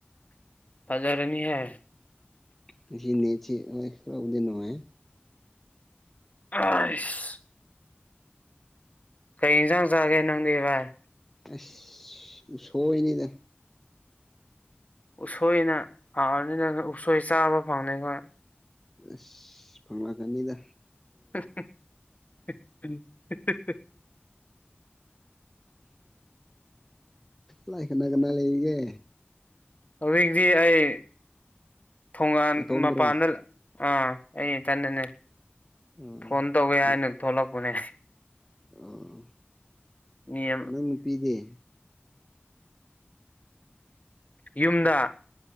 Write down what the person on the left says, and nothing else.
ꯐꯖꯥꯔꯅꯤ ꯍꯦ
ꯑ ꯏꯁ ꯀꯩ ꯏꯟꯁꯥꯡ ꯆꯥꯒꯦ ꯅꯪꯗꯤ ꯚꯥꯏ
ꯎꯁꯣꯏꯅ ꯍꯥꯎꯔꯅꯤꯅ ꯎꯁꯣꯏ ꯆꯥꯕ ꯐꯪꯗꯦ ꯑꯈꯣꯢ
ꯍ ꯍ ꯍ ꯍ ꯍ
ꯍꯧꯖꯤꯛꯇꯤ ꯑꯩ ꯊꯣꯉꯥꯟ
ꯃꯄꯥꯟꯗ ꯑꯥ ꯑꯩ ꯏꯊꯟꯗꯅꯦ
ꯐꯣꯟ ꯇꯧꯒꯦ ꯍꯥꯏꯅ ꯊꯣꯛꯂꯛꯄꯅꯦ
ꯃꯤ ꯑꯃ
ꯌꯨꯝꯗ